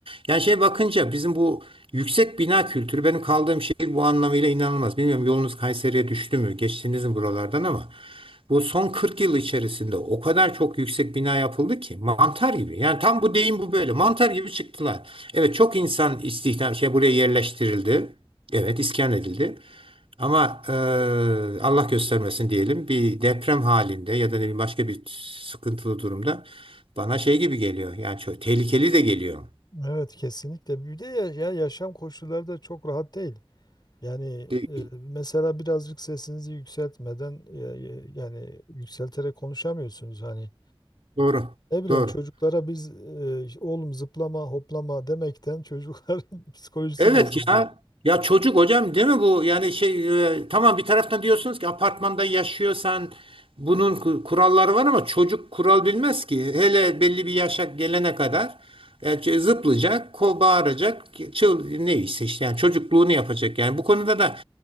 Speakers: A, on the right; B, on the left.
A: Yani şey bakınca bizim bu yüksek bina kültürü benim kaldığım şehir bu anlamıyla inanılmaz. Bilmiyorum yolunuz Kayseri'ye düştü mü? Geçtiniz mi buralardan ama bu son 40 yıl içerisinde o kadar çok yüksek bina yapıldı ki mantar gibi. Yani tam bu deyim bu böyle. Mantar gibi çıktılar. Evet çok insan istihdam şey buraya yerleştirildi. Evet iskan edildi. Ama e, Allah göstermesin diyelim bir deprem halinde ya da ne bileyim başka bir sıkıntılı durumda bana şey gibi geliyor. Yani çok tehlikeli de geliyor.
B: Evet kesinlikle. Bir de ya, ya yaşam koşulları da çok rahat değil. Yani
A: Değil.
B: e, mesela birazcık sesinizi yükseltmeden e, e, yani yükselterek konuşamıyorsunuz hani.
A: Doğru.
B: Ne bileyim
A: Doğru.
B: çocuklara biz e, oğlum zıplama hoplama demekten çocukların <laughs> psikolojisi
A: Evet
B: bozuldu.
A: ya. Ya çocuk hocam değil mi bu? Yani şey e, tamam bir taraftan diyorsunuz ki apartmanda yaşıyorsan bunun ku- kuralları var ama çocuk kural bilmez ki. Hele belli bir yaşa gelene kadar e, ç- zıplayacak, ko bağıracak, çıl neyse işte yani çocukluğunu yapacak. Yani bu konuda da